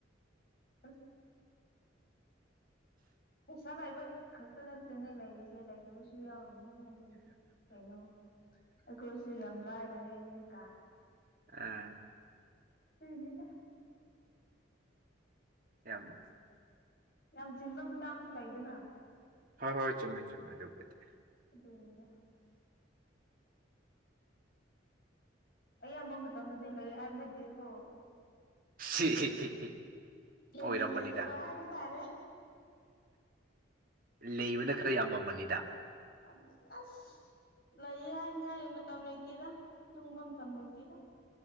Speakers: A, on the left; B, on the right.
A: ꯑꯁ ꯄꯩꯁꯥ ꯂꯥꯏꯕ ꯈꯛꯇ ꯅꯠꯇꯦꯅꯦ ꯂꯩꯔꯤꯁꯦ ꯂꯩꯇꯕꯁꯨ ꯌꯥꯎꯔꯤꯅꯦ ꯑꯗꯨꯗꯤ ꯀꯩꯅꯣ ꯑꯩꯈꯣꯏꯁꯨ ꯌꯥꯝ ꯂꯥꯏꯔꯔꯦ ꯍꯧꯖꯤꯛꯀꯥꯟ
B: ꯑꯥ
A: <unintelligible>
B: ꯌꯥꯝ
A: ꯌꯥꯝ ꯆꯤꯟꯕ ꯃꯇꯥꯡꯁꯨ ꯂꯩꯗꯅ
B: ꯍꯣꯏ ꯍꯣꯏ ꯆꯨꯝꯃꯦ ꯆꯨꯝꯃꯦ ꯑꯗꯨꯕꯨꯗꯤ
A: ꯑꯗꯨꯅꯤꯗ ꯑꯌꯥꯝꯕ ꯃꯇꯝꯗꯗꯤ ꯂꯩ ꯍꯥꯏꯕ ꯅꯠꯇꯦꯀꯣ
B: <unintelligible>
A: ꯍꯦꯟꯅ
B: ꯑꯣꯏꯔꯝꯃꯅꯤꯗ
A: ꯂꯩꯇꯕ ꯍꯥꯏꯕ ꯇꯥꯔꯦ
B: ꯂꯩꯕꯅ ꯈꯔ ꯌꯥꯝ ꯃꯅꯤꯗ
A: ꯑꯗꯨ ꯑꯁ ꯂꯩꯌꯦ ꯍꯥꯏꯅꯤꯡꯉꯥꯏ ꯃꯇꯝ ꯂꯩꯇꯦꯗ ꯑꯗꯨꯒꯨꯝꯕ ꯃꯇꯝ ꯂꯩꯇꯦꯗ